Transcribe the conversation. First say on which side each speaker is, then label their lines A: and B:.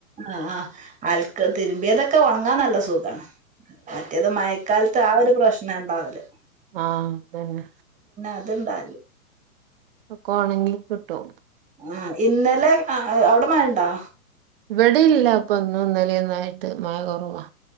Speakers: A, on the right; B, on the right.
A: ആഹ് ആഹ് അൽക്ക് തിരുമ്പിയതൊക്കെ ഒണങ്ങാൻ നല്ല സുഖാണ്. മറ്റേത് മയക്കാലത്ത് ആ ഒരു പ്രശ്ന ഇണ്ടാവല്.
B: ആഹ് അതന്നെ
A: അത്ണ്ടാവലില്ല
B: ഒക്കെ ഒണങ്ങി കിട്ടും.
A: ആഹ് ഇന്നലെ ആ അവിടെ മയണ്ടോ?
B: ഇവിടെയില്ല അപ്പ ഇന്നും ഇന്നലേം ഒന്നും ആയിട്ട് മയ കൊറവാ.